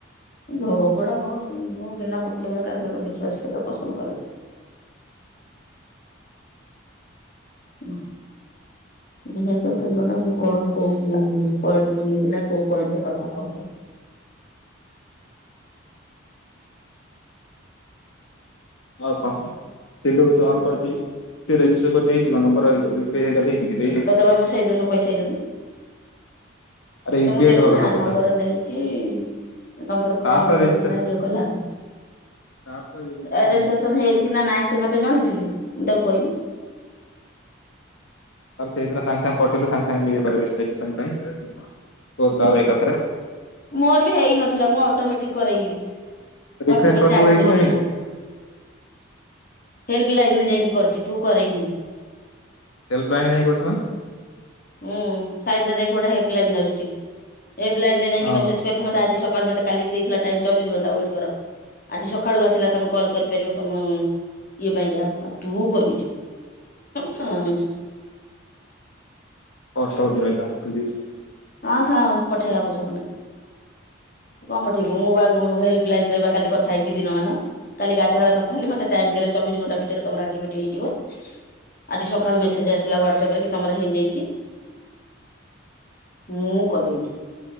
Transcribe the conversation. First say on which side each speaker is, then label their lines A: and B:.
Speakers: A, on the left; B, on the left.
A: ଝଗଡା ମୋର ମୁଁ ବିନା ମତଲବରେ କାହା ସହିତ ବିଶ୍ଵାସ କରିବାକୁ ପସନ୍ଦ କରେନି। ନା, ମୁଁ କଥା ଜଣେ ମୁଁ କଣ କଉ ପଏଣ୍ଟ ନା କଉ ପଏଣ୍ଟ କଥା କହେ।
B: ହଉ କହ ସେ ଲୋକ ଯାଉ ଅନ କରିଛି ସେ ରେଜିଷ୍ଟର କରି ଦେଇଚି କି ନମ୍ବର <unintelligible>
A: ତତେ ବା ମୁଁ ସେଇ ଦିନୁ କହିସାଇଲିନି।
B: ଆରେ
A: ତତେ
B: ୟୁ
A: ମୁଁ
B: ପି ଆଇ
A: ଦେଲି
B: ଦବା କଥା
A: ନା
B: ପଚାର
A: ନମ୍ବର ନେଇଛି ନମ୍ୱର୍ କୁ
B: ତାର
A: ଅନ୍
B: ତ
A: କରିକିନା
B: ରେଜିଷ୍ଟର
A: ଇଏ କଲା।
B: ତାର ତ ଇଏ ରେଜିଷ୍ଟର
A: ରେଜିଷ୍ଟେସନ୍
B: ହେଇଯାଇଛି
A: ହେଇଛି ନା ନାଇଁ ତୁ ମୋତେ ଜଣେଇଥିଲୁ ମୁଁ ତାକୁ କହିବି?
B: ତାର ସେଇଦିନ ସାଙ୍ଗେ ସାଙ୍ଗେ ପଠେଇଲୁ ସାଙ୍ଗେ ସାଙ୍ଗେ ହେଇପାରେ ରେଜିଷ୍ଟେସନ୍ ପାଇଁ ତୋର ତାର ଏକାଥରେ
A: ମୋର ବି ହେଇନଥିଲା ମୁଁ ଅଟୋମେଟିକ କରେଇଲି।
B: ରିଫ୍ରେଶ
A: ହ୍ୱାଟସଅପ ରେ
B: କରିଥିବୁ
A: ଚାଟ
B: ହେଇଥିବ
A: କରିକିନା।
B: ହେଇନି
A: ହେଲ୍ପ ଲାଇନ ରେ ଯାଇକି କରିଛି ତୁ କରେଇନୁ।
B: ହେଲ୍ପ ଲାଇନ୍ ଯାଇକି କରିଚୁ ମାନେ?
A: ହୁଁ ସାଇଟ ରେ ଯାଇକି ଗୋଟେ ହେଲ୍ପ ଲାଇନ ଆସୁଛି ହେଲ୍ପ ଲାଇନ ରେ ଯାଇକି
B: ହଁ
A: ମେସେଜ ମତେ ଆଜି ସକାଳେ ମୋତେ କାଲି ଦେଇଥିଲା ଟାଇମ ଚବିଶି ଘଣ୍ଟା ୱଟେ କର। ଆଜି ସକାଳୁ ଆସିଲା ତମେ କଲ କରିପାରିବ ତମ ଇଏ ପାଇଁ କା ଆଉ ତୁ କରିବୁ। ହୁଁ
B: <unintelligible>
A: ହଁ ଥାଉ ପଠେଇବା ଆବଶ୍ୟକ ନାଇ। କଣ ପଠେଇବୁ ମୁଁ ବା ହେଲ୍ପ ଲାଇନ ରେ ବା କାଲି କଥା ହେଇଛି ଦିନ ମାନ। କାଲି ଗାଧୁଆ ବେଳେ କଥା ହେଲି ମତେ ଟାଇମ ଦେଲେ ଚିବିଶି ଘଣ୍ଟା ଭିତରେ ତମର ଆକ୍ଟିଭିଟି ହେଇଯିବ। ଆଜି ସକାଳୁ ମେସେଜ ଆସିଲା ହ୍ୱାଟସଅପ ରେ କି ତମର ହେଇଯାଇଛି। ମୁଁ କରେଇଲି